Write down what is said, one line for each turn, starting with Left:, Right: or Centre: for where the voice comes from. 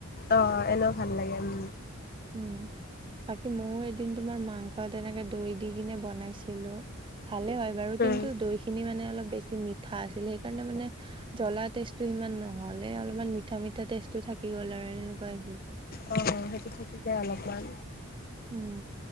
Left: অ' এনেও ভাল লাগে উম।
Right: উম বাকী ময়ও এদিন তোমাৰ মাংস তেনেকে দৈ দি কিনে বনাইছিলো ভালে হয় বাৰু
Left: উম
Right: কিন্তু দৈ খিনি মানে অলপ বেছি মিঠা আছিল সেইকাৰণে মানে জ্বলা টেষ্টটো ইমান নহ'লে অলপমান মিঠা মিঠা টেষ্টটো থাকি গ'ল আৰু এনেকোৱা হৈছিল
Left: অ সেইটো থাকি যায় অলপমান।
Right: উম